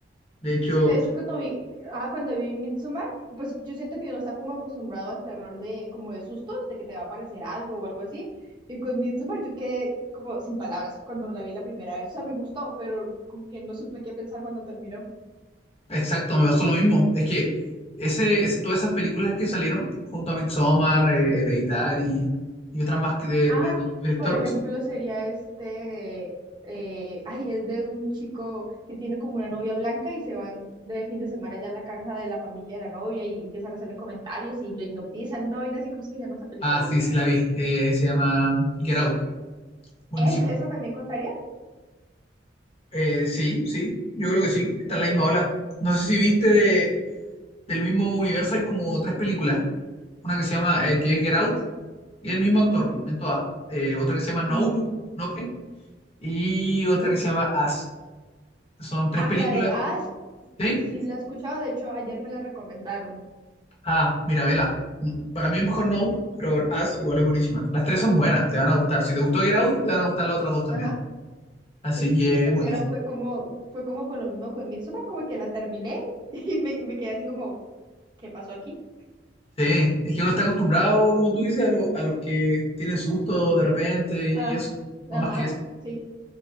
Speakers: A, on the left (about 35°); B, on the right (about 25°).
A: De hecho,
B: Sí, de hecho, cuando vi, ah, cuando vi Midsommar, pues yo siento que uno está como acostumbrado al terror de, como de sustos, de que te va a aparecer algo o algo así. Y con Midsommar yo quedé como sin palabras cuando la vi la primera vez. O sea, me gustó, pero como que no supe qué pensar cuando terminó.
A: exacto, me pasó lo mismo. Es que ese, es, todas esas películas que salieron junto a Midsommar, eh, Hereditary y otras más que de-
B: Ah,
A: del director.
B: por ejemplo,
A: son-
B: sería este, eh, ay, es de un chico que tiene como una novia blanca y se van de fin de semana ya a la casa de la familia de la novia y empiezan a hacerle comentarios y lo hipnotizan, ¿no? Y así como es que se llama esa película.
A: Ah, sí, sí la vi. Eh, se llama Get Out. Buenísima.
B: ¿Esa, esa también contaría?
A: Eh, sí, sí, yo creo que sí. Está
B: Ok.
A: en la misma ola. No sé si viste de, del mismo universo, hay como tres películas. Una que se llama, eh, que es Get Out. Y el mismo actor
B: Ujú.
A: en todas. Eh, otra que se llama Nope,
B: Mm,
A: Nope, y otra que se llama As. Son tres
B: ah,
A: películas.
B: la de As,
A: ¿Sí?
B: sí la he escuchado, de hecho ayer me la recomendaron.
A: Ah, mira, vela. Mm, Para mí es mejor Nope, pero As igual es buenísima. Las tres son buenas, te
B: El-
A: van a gustar. Si te gustó Get Out, te van a gustar las otras dos también.
B: Ajá.
A: Así
B: Sí, es
A: que
B: que con
A: buenísimo.
B: Get Out fue como, fue como con lo mismo con Midsommar, como que la terminé <laughs> y me, me quedé así como, ¿qué pasó aquí?
A: Sí, es que uno está acostumbrado, como tú dices, a, lo- a los que tienen susto de repente y
B: Ah,
A: eso. No
B: ajá,
A: más que eso.
B: sí.